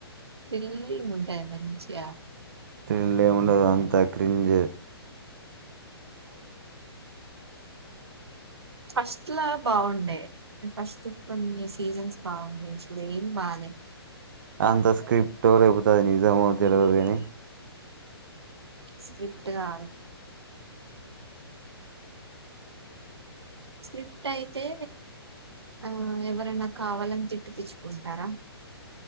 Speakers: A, on the right (about 75°); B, on the right (about 50°).
A: పెల్లి ఉంటాయి మ మంచిగా
B: తళ్ళ్ళ ఏముండదు అంతా అ క్రింజ
A: ఫస్ట్ లా బాగుండే ఫస్ట్ కొన్ని సీజన్స్ బాగుండే ఇప్పుడేం బాల
B: అంత స్క్రిప్టో లేకపోతే అది నిజమో తెలియదు కాని
A: స్్రిప్ట్ కాల్ స్క్రిప్ట్ అయితే ఆ ఎవరైనా కావాలని తిప్పి పచ్చుకుంటారా